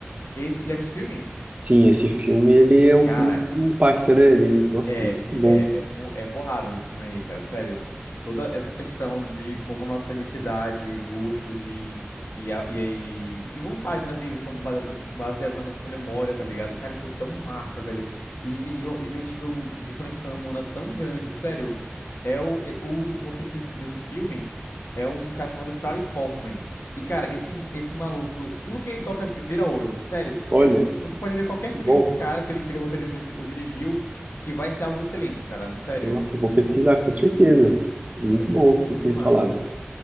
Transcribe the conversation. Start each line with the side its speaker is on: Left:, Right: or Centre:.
Left: esse. Já viu esse filme?
Right: Sim, esse filme, ele é um
Left: Cara,
Right: filme que impacta, né? Ele, nossa,
Left: É,
Right: muito bom.
Left: é, é, po- é porrada esse filme aí, cara, sério. Toda essa questão de como nossa identidade, gostos e, e, a- e, e- e vontades na vida são baseadas baseadas na nossa memória, tá ligado? Cara, isso é tão massa, velho. E de, de um e de um nível de conexão humana tão grande, sério. É o, é- o roteirista desse desse filme é um cara chamado Charlie Kaufman. E, cara, esse, esse maluco, tudo que ele toca vira ouro. Sério,
Right: Olha,
Left: é- você pode ver qualquer filme
Right: muito bom.
Left: desse cara que ele, que ele roteirizou di- ou dirigiu, que vai ser algo excelente, cara. Sério.
Right: Nossa, eu vou pesquisar
Left: O-
Right: com certeza. Muito
Left: é muito,
Right: bom você
Left: muito
Right: ter
Left: massa.
Right: falado.